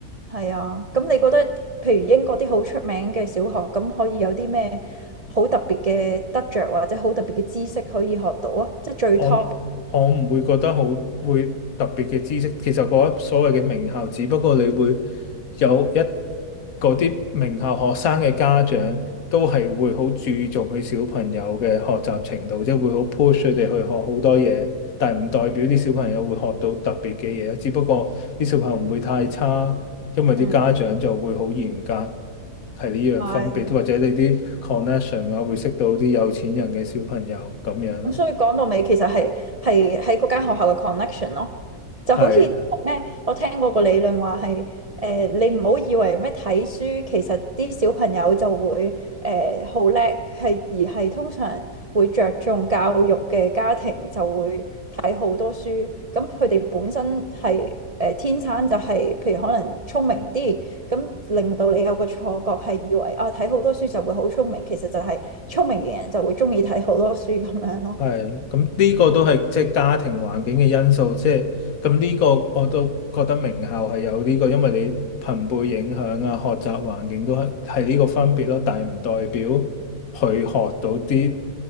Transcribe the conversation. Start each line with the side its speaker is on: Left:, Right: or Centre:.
Right: 係啊，咁你覺得譬如英國啲好出名嘅小學，咁可以有啲咩好特別嘅得着，或者好特別嘅知識可以學到啊？即係最
Left: 我我唔會覺得好會特別嘅知識，
Right: top。
Left: 其實嗰所謂嘅名校，只不過你會有一嗰啲名校學生嘅家長都係會好注重佢小朋友嘅學習程度，即係會好 push 佢哋去學好多嘢，但係唔代表啲小朋友會學到特別嘅嘢，只不過啲小朋友唔會太差，因為啲家長就會好嚴格。
Right: 嗯，
Left: 係呢樣分別，
Right: 係。
Left: 或者你啲 connection 啊，會識到啲有錢人嘅小朋友咁樣咯，
Right: 咁所以講到尾，其實係係喺嗰間學校嘅 connection 咯，就好似咩，
Left: 係。
Right: 我聽過個理論話係誒，你唔好以為咩睇書，其實啲小朋友就會誒好叻，係而係通常會着重教育嘅家庭就會睇好多書，咁佢哋本身係誒、呃天生就係、譬如可能聰明啲，咁令到你有个错觉，系以为啊睇好多书就会好聪明，其实就系聪明嘅人就会中意睇好多书咁样咯。
Left: 係，咁呢個都係即係家庭環境嘅因素，即係咁呢個我都覺得名校係有呢個，因為你朋輩影響啊，學習環境都係係呢個分別咯，但係唔代表佢學到啲